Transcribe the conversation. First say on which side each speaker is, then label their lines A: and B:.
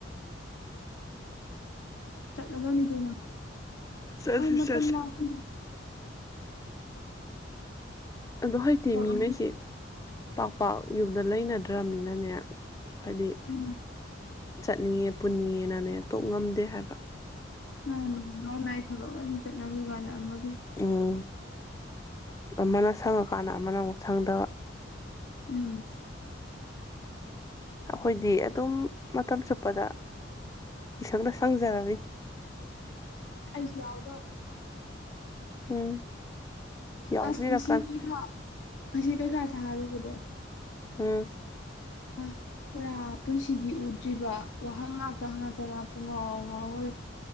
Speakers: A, on the left (about 80°); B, on the left (about 15°).
A: ꯆꯠꯂꯒꯅꯤ ꯑꯗꯨꯅ
B: ꯆꯠꯁꯤ
A: ꯑ ꯃꯇꯝ
B: ꯆꯠꯁꯤ
A: ꯂꯥꯛꯁꯤꯅ
B: ꯑꯗꯣ ꯍꯧꯖꯤꯛꯇꯤ
A: ꯊꯕꯛ
B: ꯃꯤꯉꯩꯁꯤꯦ
A: ꯑꯝꯇ
B: ꯄꯥꯛꯄꯥꯛꯥꯛ ꯌꯨꯝꯗ ꯂꯩꯅꯗ꯭ꯔꯅꯤꯅꯅꯦ ꯍꯥꯏꯗꯤ
A: ꯎꯝ
B: ꯆꯠꯅꯤꯡꯉꯦ ꯄꯨꯟꯅꯤꯡꯉꯦꯅꯅꯦ ꯇꯣꯛ ꯉꯝꯗꯦ ꯍꯥꯏꯕ
A: ꯃꯥ ꯃꯥꯏ ꯃꯥꯏ ꯊꯕꯛ ꯂꯣꯏ ꯆꯠꯅꯈꯤ ꯀꯥꯟꯗ ꯑꯃ
B: ꯎꯝ ꯑꯃꯅ ꯁꯪꯉꯀꯥꯟꯗ ꯑꯃꯅ ꯑꯃꯨꯛ ꯁꯪꯗꯕ
A: ꯎꯝ
B: ꯑꯩꯈꯣꯏꯗꯤ ꯑꯗꯨꯝ ꯃꯇꯝ ꯆꯨꯞꯄꯗ ꯏꯁꯪꯗ ꯁꯪꯖꯔꯅꯤ
A: ꯑꯩꯁꯨ ꯌꯥꯎꯗꯣ
B: ꯎꯝ ꯌꯥꯎꯕꯤꯔꯛꯀꯅꯨ
A: ꯑꯁ ꯉꯁꯤ ꯄꯔꯤꯈꯥ ꯑꯁꯤ ꯄꯩꯈꯥ ꯊꯥꯔꯨꯕꯗꯣ
B: ꯎꯝ
A: ꯑ ꯄꯨꯔꯥ ꯄꯨꯟꯁꯤꯒꯤ ꯎꯗ꯭ꯔꯤꯕ ꯋꯥꯍꯪ ꯉꯥꯛꯇ ꯉꯥꯛꯇꯅ ꯄꯨꯡꯉꯥꯎ ꯉꯥꯎꯈꯔꯦ